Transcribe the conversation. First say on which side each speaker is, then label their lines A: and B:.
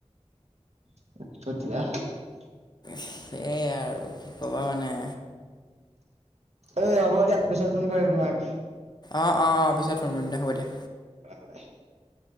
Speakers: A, on the right; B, on the left.
A: <unintelligible>
B: সেইয়াই আৰু, কি ক'বা মানে
A: এ হ'ব দিয়া, পিছত ফোন কৰিম তোমাক।
B: অ', অ', পিছত ফোন দিয়া, হ'ব দিয়া।
A: <unintelligible>